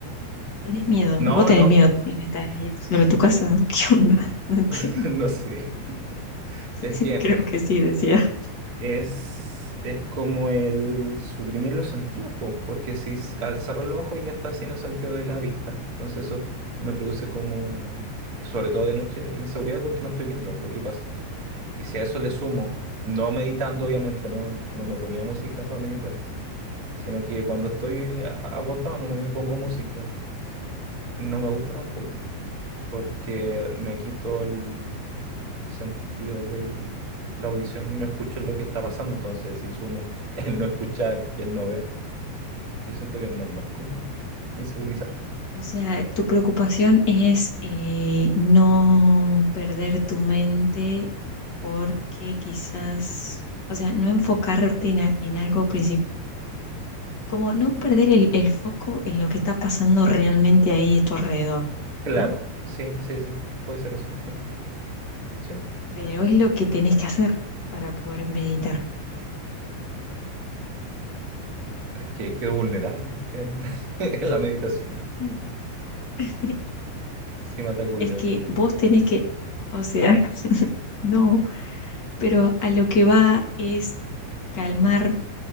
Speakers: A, on the left; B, on the right.
A: ¿Tenés miedo?
B: no,
A: ¿Vos tenés
B: no,
A: miedo de estar ahí solo en tu casa? <laughs> ¿Qué onda? No entiendo.
B: <laughs> no sé.
A: <laughs>
B: Es que
A: Creo que sí, decía.
B: es, es como el suprimir los sentidos, po, porque si s- al cerrar los ojos ya está sin el sentido de la vista. Entonces eso me produce como, sobre todo de noche, inseguridad porque no estoy viendo lo que pasa. Y si a eso le sumo, no meditando obviamente, no, no me ponía música para meditar, sino que cuando estoy a- acostado no me pongo música, no me gusta tampoco, po, porque me quito el sentido de la audición y no escucho lo que está pasando, entonces si sumo <laughs> el no escuchar y el no ver, yo siento que es normal como insegurizarse.
A: O sea, tu preocupación es eh, no perder tu mente porque quizás, o sea, no enfocarte en, a- en algo principal, como no perder el, el foco en lo que está pasando realmente ahí a tu alrededor,
B: Claro,
A: ¿no?
B: sí, sí, sí, sí, puede ser eso, sí, sí.
A: Pero es lo que tenés que hacer para poder meditar.
B: Es que quedo vulnerable en, <laughs> en la meditación,
A: Mm. <laughs>
B: si me ataca un
A: Es
B: león.
A: que vos tenés que, o sea, <laughs> no, pero a lo que va es calmar